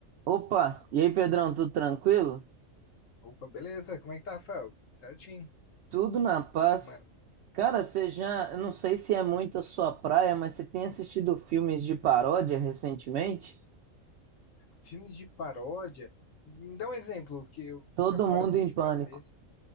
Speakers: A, on the right; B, on the left.
A: Opa, e aí Pedrão, tudo tranquilo?
B: Opa, beleza. Como é que tá, Rafael? Certinho.
A: Tudo na paz.
B: Fique mano.
A: Cara, você já, eu não sei se é muito a sua praia, mas você tem assistido filmes de paródia recentemente?
B: Filmes de paródia. Me dá um exemplo, porque eu
A: Todo
B: agora
A: mundo
B: assim
A: em
B: de
A: pânico.
B: cabeça.